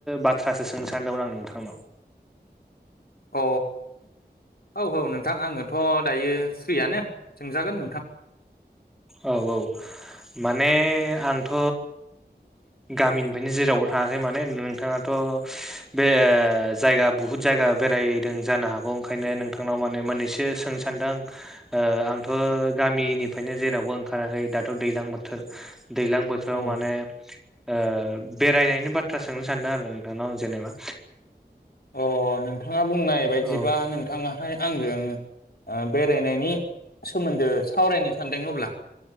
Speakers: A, in the centre; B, on the left (about 60°).
A: बाथ्रासो सोंनो सानदोंमोन आं नोंथांनाव। <inaudible>
B: अ, औ औ नोंथां आङोथ' दायो स्रियानो सोंजागोन नोंथां।
A: औ औ माने आंथ' गामिनिफ्रायनो जेरावबो थाङाखै माने नोंथाङाथ' बे जायगा बुहुत जाय गा बेरायदों जानो हागौ ओंखायनो नोंथांनाव माने मोननैसो सोंनो सान्दों ओ आंथ' ओ गामिनिफ्रायनो जेरावबो ओंखाराखै दाथ' दैलां बोथोर दैलां बोथोराव
B: अ
A: माने ओ बेरायनायनि बाथ्रा सोंनो सानदों आरो नोंथांनाव आं जेनेबा।
B: अ नोंथाङा बुंनाय बायदिबा
A: औ
B: नोंथाङा हाय आंजों बेरायनायनि सोमोन्दो सावरायनो सानदों अब्ला